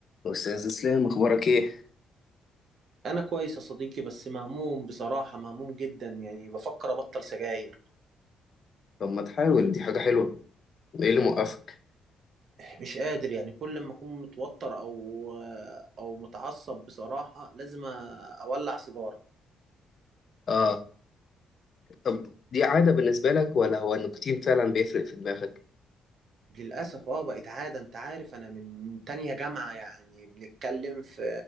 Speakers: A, on the left; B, on the right.
A: أستاذ إسلام أخبارك إيه؟
B: انا كويس يا صديقي بس مهموم بصراحة مهموم جدا يعني بفكر ابطل سجاير
A: طب ما تحاول دي حاجة حلوة، إيه اللي موقفك؟
B: مش قادر يعني كل ما اكون متوتر او او متعصب بصراحة لازم اولع سيجارة
A: آه طب دي عادة بالنسبة لك ولا هو النيكوتين فعلا بيفرق في دماغك؟
B: للأسف اه بقت عادة انت عارف انا من تانية جامعة يعني بنتكلم في